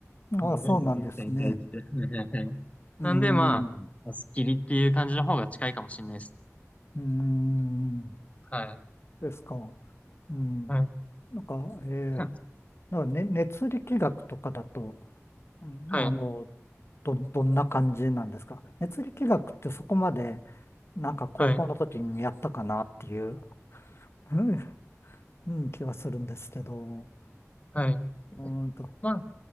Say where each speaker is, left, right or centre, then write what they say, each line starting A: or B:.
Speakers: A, on the left (about 50°); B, on the left (about 25°).
A: ああ、
B: ノーベル受験生に対して。
A: そうなんですね。
B: はいはいはいなんで、
A: うん、
B: まあ、スッキリっていう感じの方が近いかもしれないです。
A: うん、
B: はい。
A: ですか。うん。
B: はい。
A: なんか、えー、
B: <laughs>
A: なんか、ね、熱力学とかだと、うんあの、
B: はい。
A: ど、どんな感じなんですか熱力学ってそこまで、なんか高校の時にやったかなっていう、
B: はい。
A: うんうん気はするんですけど、
B: はい。
A: うーんと、
B: まあ